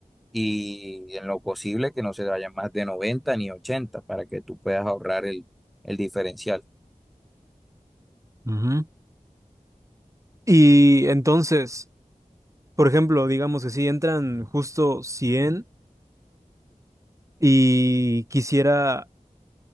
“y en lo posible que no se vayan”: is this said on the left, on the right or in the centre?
Centre